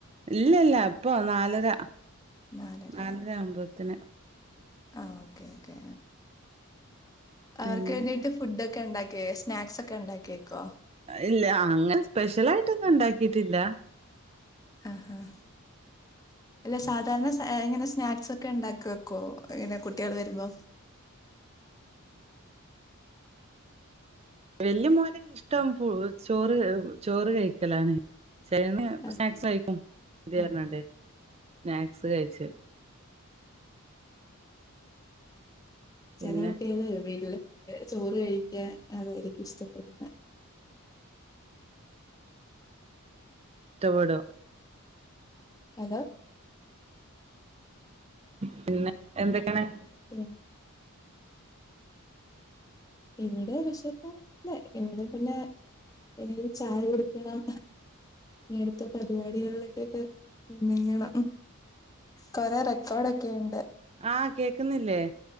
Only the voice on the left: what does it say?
നാലരയാവും
ആ ഓക്കേ ഓക്കേ
അവർക്ക് വേണ്ടിയിട്ട് ഫുഡ ഒക്കെ ഉണ്ടാക്കിയ സ്നാക്സ് ഒക്കെ ഉണ്ടാക്കി വെക്കോ
ആഹ ഹഹ അല്ല സാധാരണ ഇങ്ങനെ സ്നാക്സ് ഒക്കെ ഉണ്ടാക്ക വെക്കോ ഇങ്ങനെ കുട്ടികൾ വരുമ്പോ <inaudible>
ആഹ്
ആഹ്
ചനകുട്ടിയാണ് വീട്ടില് ചോറ് കഴിക്കാൻ അതായിരിക്കും ഇഷ്ടപ്പെടുന്ന
അനാ
ഉ ഇവിടെ വിഷല്ലേ ഇവിടെ പിന്നെ പിന്നെ ചായ പിടിക്കണം ഇടുത്തെ പരിപാടികളിലൊക്കെൊക്കെ എന്നങ്ങണം കൊറെേ റെക്കോർഡൊക്കെ ഉണ്ട്